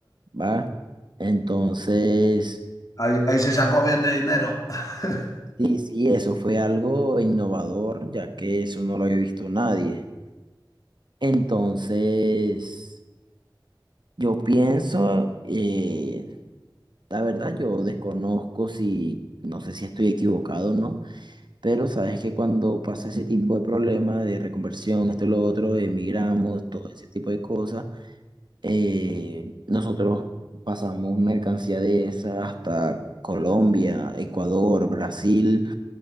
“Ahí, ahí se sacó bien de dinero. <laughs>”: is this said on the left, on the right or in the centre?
Left